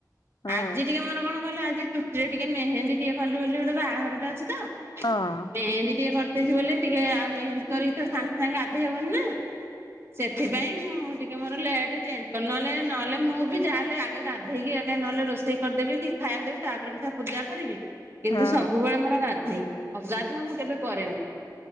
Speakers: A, on the left (about 75°); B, on the right (about 35°).
A: ହଁ
B: ଆଜି ଟିକେ ମୋର କଣ <unintelligible> ଆଜି ଚୁଟିରେ ଟିକେ ମେହେନ୍ଦୀ ଟିକେ କଲି ବୋଲି ଗୋଟେ ବାହାଘରଟା ଅଛି ତ।
A: ହଁ।
B: ମେହେନ୍ଦି ଟିକେ କରିଦେଇଛି ବୋଲି ଟିକେ ଆଉ ମେହେନ୍ଦି କରିକି ତ ସାଙ୍ଗେ-ସାଙ୍ଗେ ଗାଧେଇ ହବନି ନା ସେ ଥିପାଇଁ ମୁଁ ଟିକେ ମୋର ଲେଟ୍ ଚେଞ୍ଜ କଲି ନହଲେ-ନହେଲେ ମୁଁ ବି ଯାହା ହେଲେ ଆଗେ ଗାଧେଇକି ଆଗେ ନହେଲେ ରୋଷେଇ କରିଦେବି କି ଖାଇବାକୁ ଦେବି ତାପରେ ପ ସୋ ପୂଜା କରିବି କିନ୍ତୁ
A: ହଁ
B: ସବୁବେଳେ ମୋର ଗାଧୋଇ, ଅଗାଧୁଆ ମୁଁ କେବେ କରେନି।